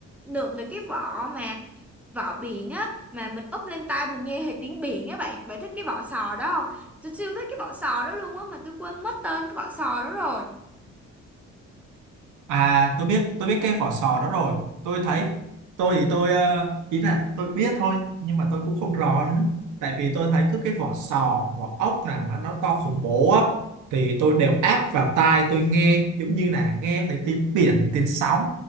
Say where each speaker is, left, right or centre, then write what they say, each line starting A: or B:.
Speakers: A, in the centre; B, on the right.
A: lượm được cái vỏ mà vỏ biển á mà mình úp lên tai mình nghe hệt tiếng biển á bạn bạn thích cái vỏ sò đó không tôi siêu thích cái vỏ sò đó luôn á mà tôi quên mất tên cái vỏ sò đó rồi
B: À tôi biết tôi biết cái vỏ sò đó rồi tôi thấy tôi thì tôi ờ, ý là tôi biết thôi nhưng mà tôi cũng không rõ nữa tại vì tôi thấy cứ cái vỏ sò vỏ ốc nào mà nó to khủng bố á thì tôi đều áp vào tai tôi nghe giống như là nghe thấy tiếng biển tiếng sóng